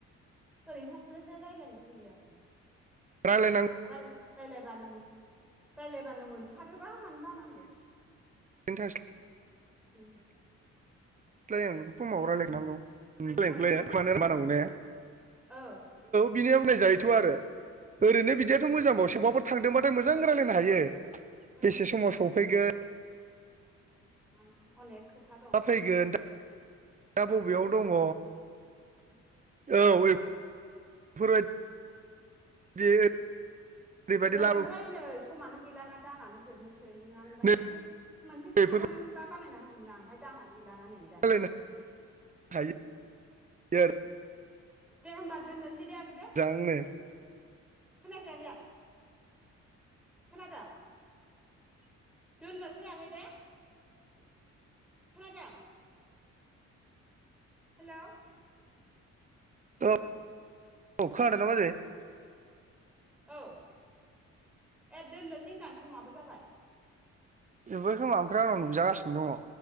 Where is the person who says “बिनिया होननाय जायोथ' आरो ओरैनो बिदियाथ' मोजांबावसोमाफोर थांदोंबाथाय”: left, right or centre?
Right